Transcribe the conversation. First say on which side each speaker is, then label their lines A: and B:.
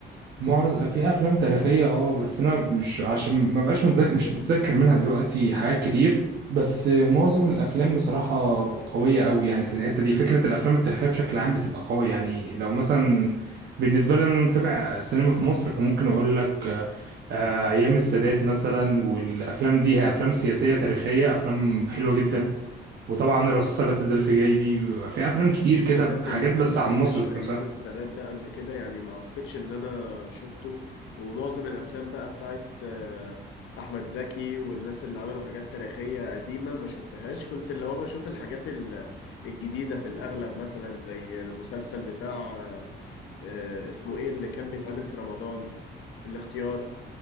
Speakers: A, on the right (about 60°); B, on the left (about 80°).
A: معظم في افلام تاريخيه اه بس انا مش عشان ما بقاش متذكر مش متذكر منها دلوقتي حاجات كتير بس معظم الافلام بصراحه قويه قوي يعني في الحته دي فكره الافلام التاريخيه بشكل عام بتبقى قويه يعني لو مثلا بالنسبه لي انا متابع السينما في مصر فممكن اقول لك آه، آه، ايام السادات مثلا والافلام دي هي افلام سياسيه تاريخيه افلام حلوه جدا وطبعا الرصاصه لا تزال في جيبي في افلام كتير كده
B: عارف
A: حاجات
B: ان انا
A: بس
B: ما شفتش
A: عن مصر ذات
B: ايام
A: نفسها
B: السادات ده قبل كده يعني ما اعتقدش ان انا شفته ومعظم الافلام بقى بتاعت آه، احمد زكي والناس اللي عملوا حاجات تاريخية قديمة ما شفتهاش كنت اللي هو بشوف الحاجات ال- الجديدة في الاغلب مثلا زي المسلسل بتاع آه، آه، اسمه ايه اللي كان بيتعمل في رمضان الاختيار